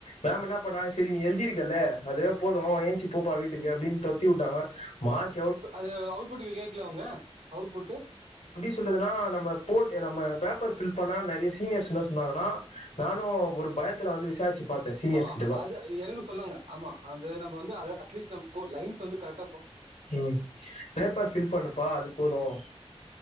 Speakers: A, on the left; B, on the right.
A: மேம் என்ன பண்ணாங்க சரி நீ எழுதி இருக்கல்ல அத போதும் ஏன்ச்சி போப்பா வீட்டுக்கு அப்படின்னு தொத்தி விட்டாங்க மார்க
B: அது அவுட்பட கேடக்கல அவங்க அவுட்பட
A: சொல்துனா நம்ம போ நம்ம பேப்பர் பில் பண்ண நிறைய சீனியர்ஸ் என்ன சொன்னாங்கன்னா நானும் ஒரு பயத்தில் வந்து விசாரிச்சு பாத்தே சீனியர்ஸ்
B: ஆமா
A: கிட்டல்லா
B: அது எனக்கு சொல்லாங்க ஆமா அது நம்ம வந்து அட்லீஸ்ட் லைன்ஸ் வந்து கரெக்
A: ம் பேப்பர் பபில் பண்ண ப்பா அது போதும்